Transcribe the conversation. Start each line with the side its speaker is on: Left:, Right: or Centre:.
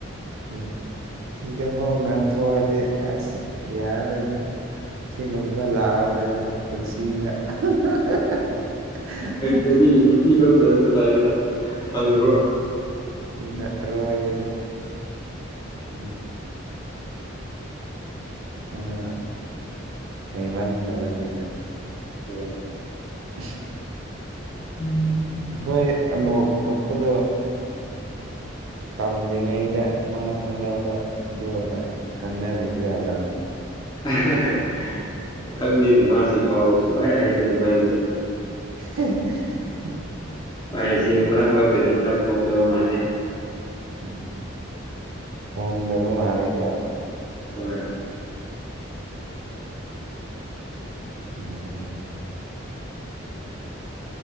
Right: ꯍ ꯁꯤꯗꯐꯥꯎ ꯅꯥꯟꯊꯣꯛꯑꯗꯤ ꯑꯁ ꯌꯥꯔꯔꯣꯏꯗꯥ ꯁꯤꯒꯨꯝꯕ ꯂꯥꯛꯑꯔꯣꯏꯗꯥ ꯄꯨꯟꯁꯤꯗ ꯍ ꯍ ꯍ
Left: ꯗꯨꯗꯤ ꯅꯨꯄꯤ ꯂꯧꯗꯅꯕ ꯐꯔꯦ ꯏꯇꯥꯎ ꯐꯪꯉ꯭ꯔꯣ
Right: ꯎꯝ, ꯁꯤꯅ ꯑꯔꯣꯏꯕꯅꯤ ꯎꯝ ꯃꯥꯠ ꯍꯩꯃꯟꯗꯕꯒꯤ
Left: ꯎꯝ
Right: ꯑꯁ
Left: ꯎꯝ
Right: ꯑꯈꯣꯏ ꯑꯅꯣꯛ ꯎꯞꯄꯗꯣ ꯇꯝꯗ꯭ꯔꯤꯉꯩꯗ ꯃꯥ ꯈꯪꯅꯕ ꯗꯨꯒ ꯈꯪꯅꯔꯤꯕ ꯖꯥꯠꯂ
Left: ꯑꯍ ꯍ ꯈꯪꯗꯦꯅꯦ ꯃꯥꯁꯤ ꯄꯥꯎ ꯁꯨꯡꯍꯥꯏ ꯍꯥꯏꯗꯦꯅꯦ ꯃꯥꯒꯤꯗꯣ
Right: ꯍꯦ ꯍꯦ ꯍꯦ
Left: ꯃꯥꯏꯁꯤ ꯃꯔꯛ ꯃꯔꯛꯇꯗꯤ ꯈꯔ ꯐꯥꯎꯅꯕ ꯃꯥꯜꯂꯦ
Right: ꯎꯝ ꯍꯣꯡꯗꯕ ꯃꯥꯜꯂꯤꯀꯣ
Left: ꯍꯣꯏ
Right: ꯌꯥꯏ ꯌꯥꯏ